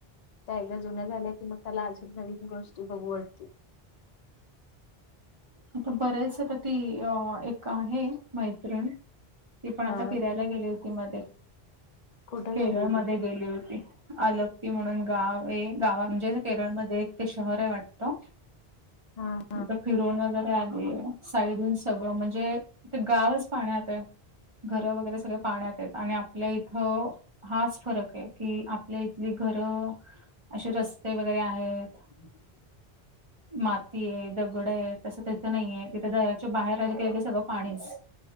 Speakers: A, on the left; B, on the right.
A: त्या एकदा जुन्या झाल्या की मग त्याला अजून नवीन गोष्टी बघू वाटतील.
B: इथुन बरेच आता ती अ एक आहे मैत्रिण. ती पण आता
A: हा
B: फिरायला गेली होती मदे.
A: कुठं
B: केरळ
A: गेली होती
B: मदे गेली होती. आलपी म्हणून गाव ए गावा म्हणजे असं केरळमध्ये एक ते शहराय वाटतं.
A: हां.
B: तिथ फिरून वगैरे आलीये. साईडहुन सगळं म्हणजे -- जे ते गावच पाण्यातयं घर वगैरे सगळे पाण्यातेत आणि आपल्या इथ हाच फरक हाय की आपल्या इथली घर, अशी रस्ते वगैरे आहेत.
A: हं अम.
B: माती हे दगड हेत अस असं नाहीये तिथं घराच्या बाहेर आलं की लगेच सगळं पाणीच.